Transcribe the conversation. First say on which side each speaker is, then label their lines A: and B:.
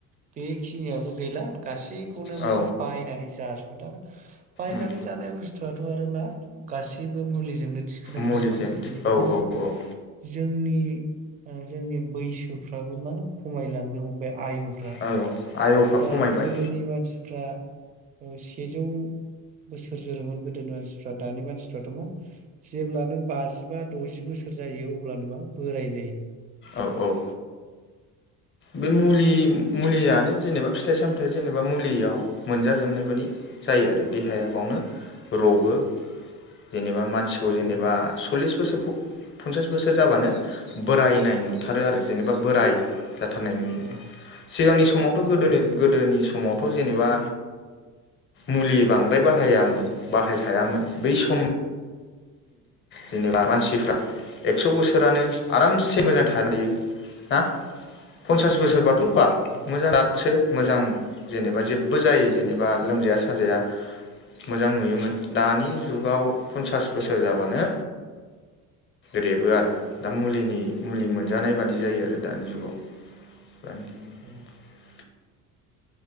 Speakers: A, on the right (about 20°); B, on the left (about 30°).
A: बेखिनियाबो गैला गासै। बेखौनो मा
B: औ
A: बायनानैसो। जाजोबो दा बायनानै
B: उम
A: जानाय बुस्थुआथ' आरो मा। गाससिबो मुलिजोंनो। थिखोनाय नङा
B: मुलिजों
A: होमबा बेनिखायनो
B: औ
A: मा
B: औ औ
A: जोंनि ओ जोंनि बैसोफ्राबो मा खमायलांनो हमबाय आयुफ्रा।
B: औ आय'फ्रा
A: दा
B: खमायबाय
A: गोदोनि मानसि फ्रा सेजौ बोसोर जोरोमोन गोदोनि मानसिफ्रा दानि मानसिफ्राथ' मा जेब्ला नों बाजिबा द'जि बोसोर जायो अब्लानो मा बोराय जायो।
B: औ औ बे मुलि मुलियानो जेनेबा फि फिथाइ सामथायाइ जेनेबा मुलियाव मोनजा जोबनाय बादि जायो आरो देहाया बेवनो रबो जेनेबा मान सिगाङ जेनबा
A: ओ
B: सल्लिस बोसोर फ पन्सास बोसोर जाबानो बोरायनाय नुथारो आरो जेनेबा बोराय। जाथारनाय नुयो
A: औ
B: सिगांनि समावथ' गोदोनो
A: औ
B: गोदोनि समाव थ' जेनेबा मुलि बांद्राय बाहायामोन बाहायखायामोन बै सम जेनेबा मान सिफ्रा एक्स' बोसोरानो आरामसे मोजां थानो हायो ना पनसास
A: औ
B: बोसोरबाथ'
A: औ
B: बाब
A: हायोमोन
B: मोजां दादसो मोजां जेनेबा जे बो जायो
A: औ
B: जेनेबा लोमजाया साजाया मोजां नुयोमोन दानि जुगाव पनसास बोसोर जाबानो रेबोआरो दा मुलिनि मुलि मोनजानाय
A: औ
B: बादि जायो आरो दानि जुगाव <unintelligible>
A: औ